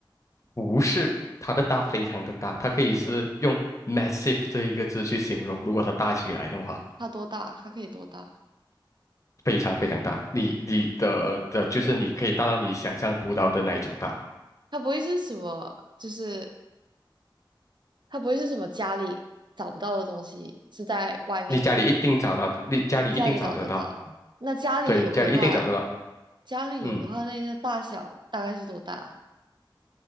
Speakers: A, on the left; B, on the right.
A: 不是，它的大非常的大，它可以是用 massive 这一个字去形容。如果它大起来的话，
B: 它多大？它可以多大？
A: 非常非常大，你你的的就是你可以大到你想象不到的那一种大。
B: 它不会是什么？就是它不会是什么家里找不到的东西，是在外面的，
A: 你家里一定找到的，你家里一定找得到，
B: 家里找得到啊。那家里有的话，
A: 对，家里一定找得到。
B: 家里有的话，
A: 嗯，
B: 那个大小大概是多大啊？